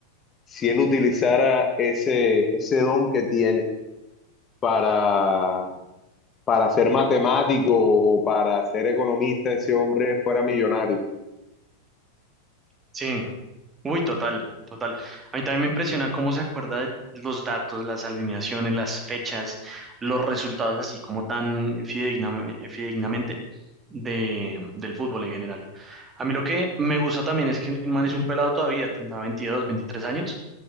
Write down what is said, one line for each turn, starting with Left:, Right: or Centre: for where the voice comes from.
Left: si él utilizara ese, ese don que tiene para para ser matemático o para ser economista, ese hombre fuera millonario.
Right: sí. Uy, total, total. A mí también me impresiona cómo se acuerda de los datos, las alineaciones, las fechas, los resultados, así como tan fidedigna eh, fidedignamente de, del fútbol en general. A mí lo que me gusta también es que el man es un pelado todavía, tendrá 22 23 años,